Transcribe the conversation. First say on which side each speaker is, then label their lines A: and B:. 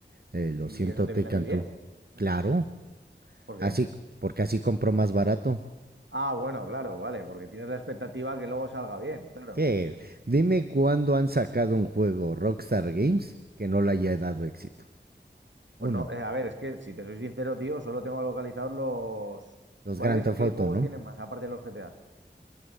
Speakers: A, on the right (about 55°); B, on the right (about 85°).
A: Eh, lo
B: ¿Y
A: siento,
B: eso te
A: Take
B: viene a ti bien?
A: Two. Claro,
B: ¿Por qué?
A: así, porque así compró más barato.
B: Ah, bueno, claro, vale, porque tienes la expectativa que luego salga bien, claro.
A: Sí, dime cuándo han sacado un juego Rockstar Games que no le haya dado éxito.
B: Pues
A: Uno,
B: no, eh, a ver, es que si te soy sincero, tío, solo tengo localizados los...
A: los
B: ¿Cuáles,
A: Grand Theft
B: qué
A: Auto,
B: juegos
A: ¿no?
B: tienen más, aparte de los GTAs?